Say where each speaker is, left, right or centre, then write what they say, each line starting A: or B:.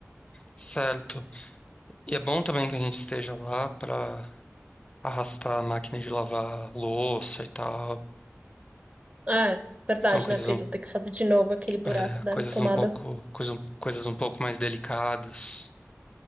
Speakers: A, on the left; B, on the right.
A: Certo. E é bom também que a gente esteja lá para arrastar a máquina de lavar louça e tal.
B: Ah, É, verdade,
A: São coisas,
B: né, Pedro?
A: um-
B: Ter que fazer de novo aquele buraco
A: é,
B: da
A: coisas
B: tomada
A: um pouco, coisa- um, coisas um pouco mais delicadas.